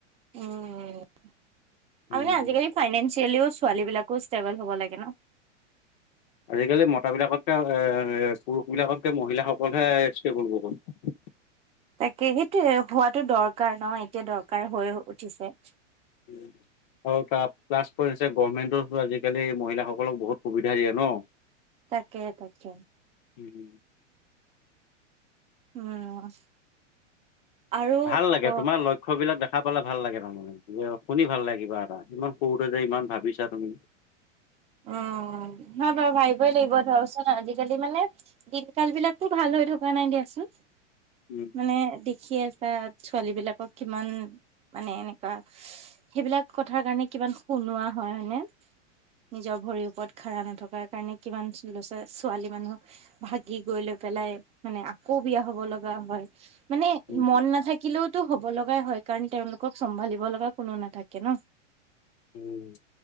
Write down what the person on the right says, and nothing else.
উম আৰু
মানে আজিকালি ফাইনেসিয়েলিও ছোৱালী বিলাকো ষ্টেবল হ'ব লাগে ন।
তাকে সেইটো হোৱাতো দৰকাৰ ন এতিয়া দৰকাৰ হৈ উঠিছে
তাকে তাকে।
উম আৰু
ক
উম হয় বাৰু ভাবিবই লাগিব ধৰচোন আজিকালি মানে দিনকাল বিলাকো ভাল হৈ থকা নাই দিয়াচোন।
মানে দেখি আছা ছোৱালী বিলাকক কিমান মানে এনেকুৱা সেইবিলাক কথাৰ কাৰণে কিমান শুনোৱা হয় হয় নে? নিজৰ ভৰিৰ ওপৰত খাৰা নথকাৰ কাৰণে কিমান ছো ছোৱালী মানুহক ভাগি গৈ লৈ পেলাই মানে আকৌ বিয়া হ'ব লগা হয়, মানে
মন নাথাকিলেও টো হ'ব লগাই হয় কাৰণ, তেওঁলোকক চম্ভালিব লগা কোনো নাথাকে ন।